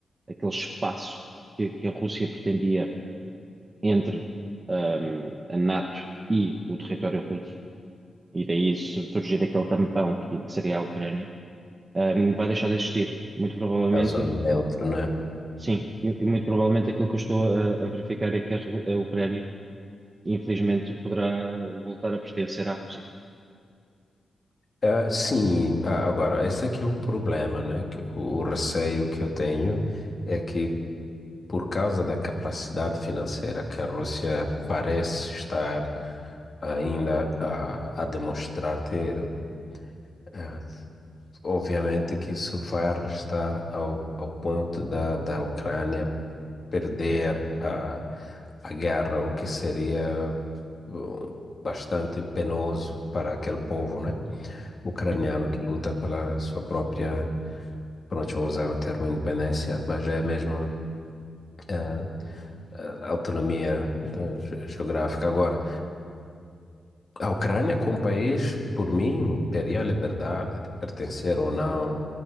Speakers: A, on the right; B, on the left.
A: aquele espaço que, que a Rússia pretendia entre um, a NATO e o território russo, e daí su- surgir aquele tampão que, que seria a Ucrânia, um, vai deixar de existir. Muito provavelmente,
B: caso neutro, né?
A: sim, e, e muito provavelmente aquilo que eu estou a, a verificar é que a, Ru- a Ucrânia, infelizmente, poderá voltar a pertencer à Rússia.
B: Ah, sim, a- agora, esse aqui é o problema, né? Que o o receio que eu tenho é que por causa da capacidade financeira que a Rússia parece estar ainda a, a demonstrar ter, eh, obviamente que isso vai arrastar ao, ao ponto da, da Ucrânia perder a, a guerra, o que seria uh, bastante penoso para aquele povo, né? Ucraniano
A: Uhum.
B: que luta pela sua própria, pronto, vou usar o termo independência, mas é mesmo eh, a autonomia eh, ge- geográfica. Agora, a Ucrânia como país, por mim, teria a liberdade de pertencer ou não